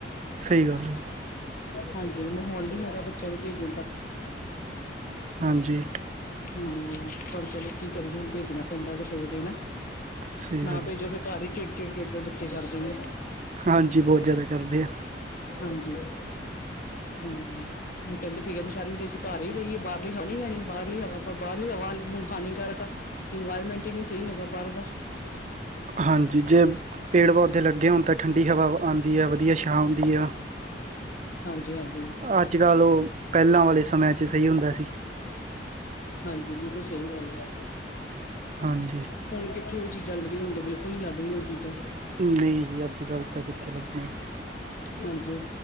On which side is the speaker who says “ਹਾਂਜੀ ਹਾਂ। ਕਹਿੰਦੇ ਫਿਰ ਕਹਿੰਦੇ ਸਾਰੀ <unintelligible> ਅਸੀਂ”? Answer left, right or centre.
Left